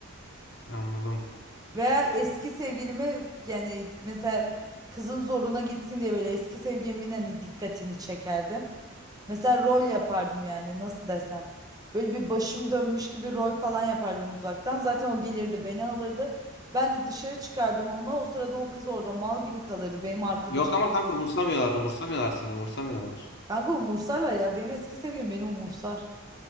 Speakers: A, on the left; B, on the right.
A: Anladım.
B: Veya eski sevgilimi yani mesela kızın zoruna gitsin diye böyle eski sevgilimin hani dikkatini çekerdim. Mesela rol yapardım yani nasıl desem. Böyle bir başım dönmüş gibi rol falan yapardım uzaktan. Zaten o gelirdi beni alırdı. Ben de dışarı çıkardım onunla. O sırada o kız orada mal gibi kalırdı. Benim arkadaşım.
A: Yok ama kanka umursamıyorlar. Umursamıyorlar seni umursamıyorlar.
B: Kanka umursarlar ya. Benim eski sevgilim beni umursar.